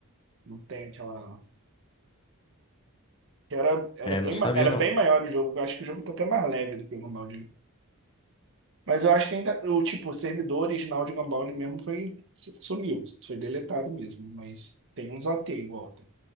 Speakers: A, on the right; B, on the left.
A: Não tem aquela. que Era, era,
B: É,
A: bem,
B: não sabia,
A: ma- era
B: não.
A: bem maior o jogo. Eu acho que o jogo tá até mais leve do que o Gunbound. Mas eu acho que ainda. O tipo, o servidor original de Gunbound mesmo foi. sumiu. Foi deletado mesmo. Mas tem uns AT igual. Tem,